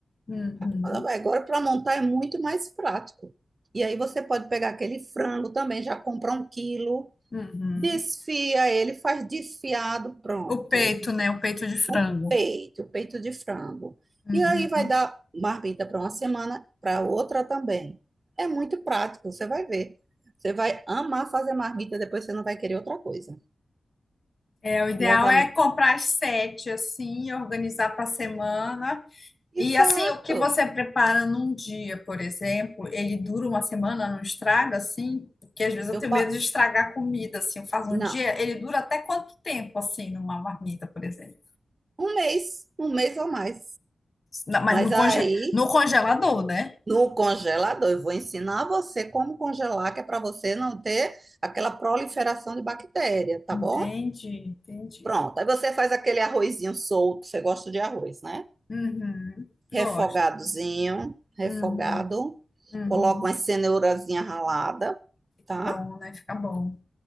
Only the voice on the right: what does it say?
Agora, para montar é muito mais prático. E aí você pode pegar aquele frango também, já comprar um quilo,
desfia ele, faz desfiado, pronto.
o peito, o peito de frango.
E aí vai dar marmita para uma semana, para outra também. É muito prático, você vai ver. Você vai amar fazer marmita, depois você não vai querer outra coisa.
E as
am...
Exato.
Eu
pa...
Não,
um mês, um mês ou mais.
Mas
aí,
no congelador, eu vou ensinar você como congelar, que é para você não ter aquela proliferação de bactéria, tá
bom?
Pronto. Aí você faz aquele arrozinho solto, você gosta de arroz, né?
refogadozinho, refogado.
Coloca uma cenourazinha ralada, tá?